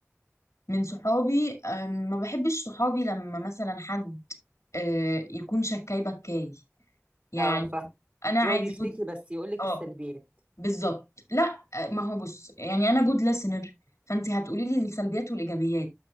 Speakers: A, on the left (about 75°); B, on the right (about 30°).
A: من صحابي أم، ما بحبش صحابي لما مثلا حد أه، يكون شكاي بكاي يعني
B: اه فاهم
A: انا
B: يقعد
A: عادي
B: يشتكي
A: جود
B: بس يقولك
A: اه
B: السلبيات
A: بالظبط لا أه، ما هو بص يعني انا جود ليسنر فانت هتقولي لي السلبيات والايجابيات